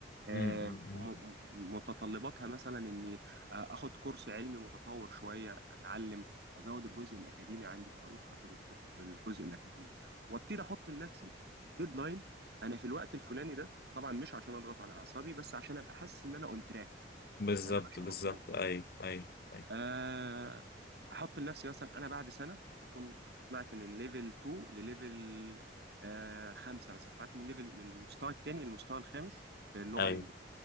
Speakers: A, on the right; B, on the left.
A: آه،
B: امم أمم.
A: م- م- متطلباتها مثلا اني آه، اخد كورس علمي متطور شويه اتعلم ازود الجزء الاكاديمي عندي اروح اخد الكور- الجزء الاكاديمي وابتدي احط لنفسي ديدلاين انا في الوقت الفلاني ده طبعا مش عشان اضغط على اعصابي بس عشان ابقى حاسس ان انا اون تراك
B: بالظبط
A: يعني انا ماشي
B: بالظبط
A: مظبوط
B: ايوه ايوه ايوه
A: آه، احط لنفسي مثلا انا بعد سنه هكون طلعت من ليفل 2 لليفل آه، 5 مثلا طلعت من ليفل من المستوى الثاني للمستوى الخامس في اللغه
B: ايوه
A: الانجليزيه